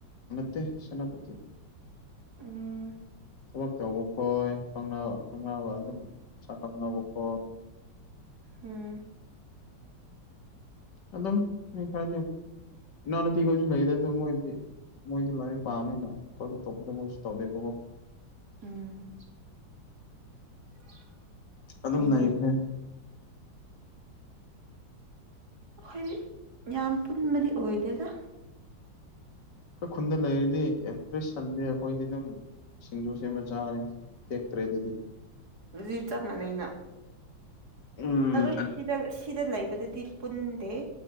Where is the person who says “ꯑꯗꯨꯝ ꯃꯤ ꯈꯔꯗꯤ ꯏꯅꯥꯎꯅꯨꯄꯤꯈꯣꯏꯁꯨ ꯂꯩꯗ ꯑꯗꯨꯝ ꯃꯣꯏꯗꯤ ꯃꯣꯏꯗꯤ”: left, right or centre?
Left